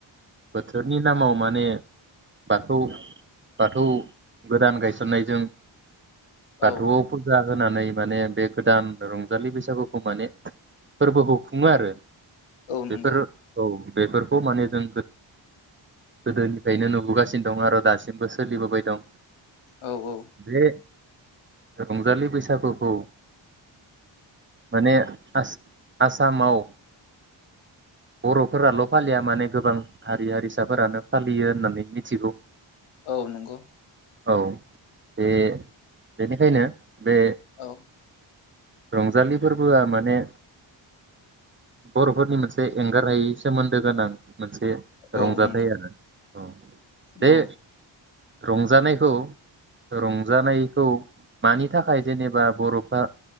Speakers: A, on the right; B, on the left.
A: बोथोरनि नामाव माने बाथौ बाथौ गोदान गायसननायजों बाथौ
B: औ
A: फुजा होनानै माने बे गोदान रंजालि बैसागुखौ माने फोरबोखौ खुङो आरो
B: औ
A: बेफोर
B: नंगौ
A: औ बेफोरखौ माने जों गोदोनिफ्रायनो नुबोगासिनो दं आरो दासिमबो सोलिबोबाय दं
B: औ औ
A: बे रंजालि बैसागुखौ माने आस आसामाव बरफोराल फालिया माने गोबां हारि हारिसाफोरानो फालियो होननानै मिथिगौ
B: औ नंगौ
A: औ बे बेनिखायनो बे
B: औ
A: रंजालि फोरबोआ माने बरफोरनि मोनसे एंगारहायै सोमोन्दो गोनां मोनसे एसे रंजाथाइ
B: औ नंगौ
A: आरो औ
B: औ
A: दे रंजानायखौ रंजानायखौ मानि थाखाय जेनेबा बरफोरा